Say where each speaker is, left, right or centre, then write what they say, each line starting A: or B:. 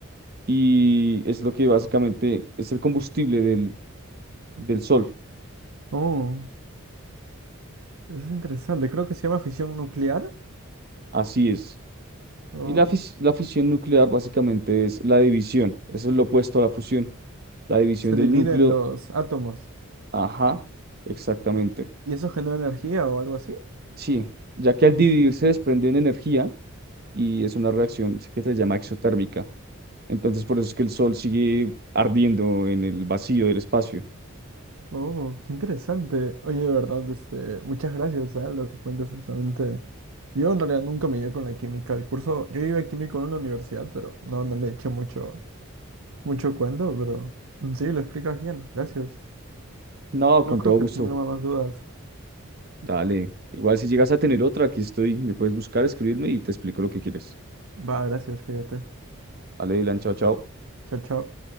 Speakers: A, on the right; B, on the right.
A: y es lo que básicamente es el combustible del, del Sol.
B: Oh, eso es interesante. Creo que se llama fisión nuclear.
A: Así es.
B: Oh,
A: Y la, fis- la fisión nuclear básicamente es la división. Eso es lo opuesto a la fusión. La división
B: se
A: del
B: dividen
A: núcleo.
B: los átomos
A: Ajá, exactamente.
B: y eso genera energía o algo así.
A: Sí, ya que al dividirse desprenden energía y es una reacción que se llama exotérmica. Entonces por eso es que el sol sigue ardiendo en el vacío del espacio.
B: Oh, qué interesante. Oye, de verdad, este, muchas gracias a lo que cuentas es realmente. Yo en realidad nunca me llevé con la química. El curso, yo iba a químico en una universidad, pero no, no le eché mucho, mucho cuento, pero mm, sí, lo explicas bien. Gracias.
A: No, con
B: No creo
A: todo
B: que
A: gusto.
B: tenga más dudas.
A: Dale. Igual si llegas a tener otra, aquí estoy. Me puedes buscar, escribirme y te explico lo que quieres.
B: Va, gracias, cuídate.
A: Dale, Dylan, chao, chao.
B: Chao, chao.